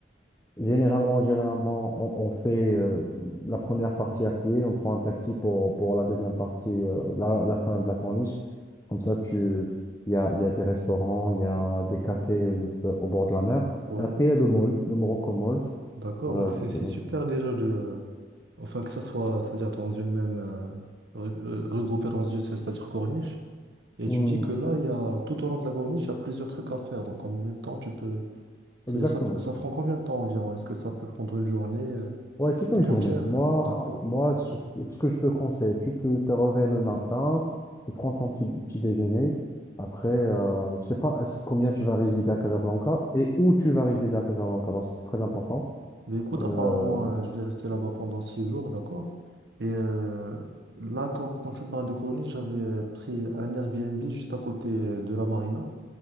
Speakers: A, on the left; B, on the right.
A: Généralement, généralement, on, on fait euh, la première partie à pied, on prend un taxi pour, pour la deuxième partie, euh, la, la fin de la corniche. Comme ça, tu, il y a, il y a des restaurants, il y a des cafés euh, au bord de la mer.
B: Ouais,
A: Et après, il y a le mall, le Morocco Mall.
B: d'accord.
A: Euh,
B: Donc, c'est
A: tu peux...
B: c'est super déjà de. Enfin, que ça soit, c'est-à-dire dans une même, euh, re- euh, regroupé dans une, c'est-à-dire corniche. Et
A: Hmm,
B: tu dis que là,
A: c'est-
B: il y a, tout au long de la corniche, il y a plusieurs trucs à faire. Donc, en même temps, tu peux, c'est-à-dire,
A: Exactement.
B: ça, peut- ça prend combien de temps environ? Est-ce que ça peut prendre une journée, euh,
A: Ouais, toute
B: tout
A: une journée.
B: entière?
A: Moi,
B: D'accord.
A: moi, ce, ce que je te conseille, tu peux te réveiller le matin, tu prends ton petit, petit déjeuner. Après, euh, je sais pas est-ce, combien tu vas résider à Casablanca et où tu vas résider à Casablanca, parce que c'est très important.
B: Mais écoute,
A: Euh,
B: apparemment, euh, je vais rester là-bas pendant six jours, d'accord? Et euh, là, quand, quand tu me parles de corniche, j'avais euh, pris un Airbnb juste à côté euh, de la marina.